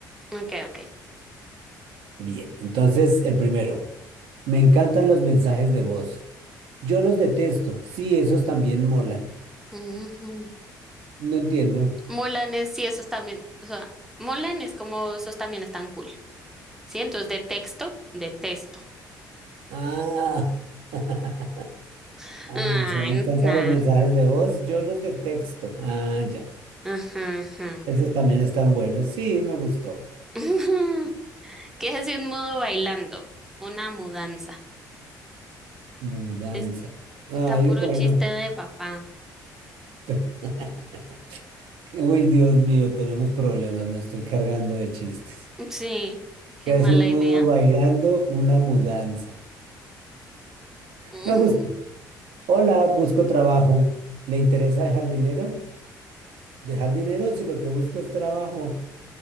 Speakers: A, in the centre; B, on the right.
A: Ok, ok.
B: Bien, entonces el primero. Me encantan los mensajes de voz. Yo los detesto. Sí, esos también molan.
A: Ujú.
B: No entiendo.
A: Molanes, sí, esos también, o sea, molanes como esos también están cool. Sí, entonces de texto, de texto.
B: Ah. <laughs>
A: <laughs>
B: Ah,
A: Ay,
B: o sea, me encantan
A: nah.
B: los mensajes de voz. Yo los detesto. Ah, ya.
A: Ajá, ajá.
B: Esos también están buenos. Sí, me gustó.
A: <laughs> Ujú. ¿Qué es así un mudo bailando? Una mudanza.
B: Mudanza.
A: Es-
B: Ay,
A: está puro
B: es bueno.
A: chiste de papá.
B: <laughs> Uy, Dios mío, tenemos problemas. Me estoy cargando de chistes.
A: Sí, qué
B: ¿Qué
A: mala
B: hace un mudo
A: idea.
B: bailando? Una mudanza. <laughs>
A: <laughs> Ujú.
B: Me gusta. Hola, busco trabajo. ¿Le interesa dejar dinero? Dejar dinero si lo que busco es trabajo.